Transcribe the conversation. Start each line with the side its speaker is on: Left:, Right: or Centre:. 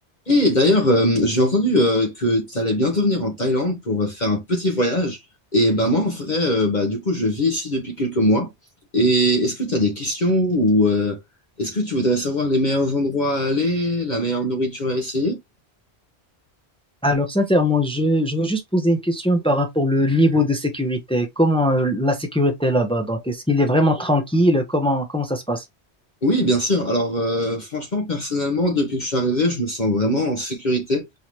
Left: Et d'ailleurs, euh, j'ai entendu euh, que tu allais bientôt venir en Thaïlande pour euh, faire un petit voyage. Et bah, moi, en vrai, euh, bah, du coup, je vis ici depuis quelques mois. Et est-ce que tu as des questions ou euh, est-ce que tu voudrais savoir les meilleurs endroits à aller, la meilleure nourriture à essayer?
Centre: Alors, sincèrement, je, je veux juste poser une question par rapport au niveau de sécurité. Comment euh, la sécurité là-bas? Donc, est-ce qu'il est vraiment tranquille? Comment, comment ça se passe?
Left: Oui, bien sûr. Alors, euh, franchement, personnellement, depuis que je suis arrivé, je me sens vraiment en sécurité.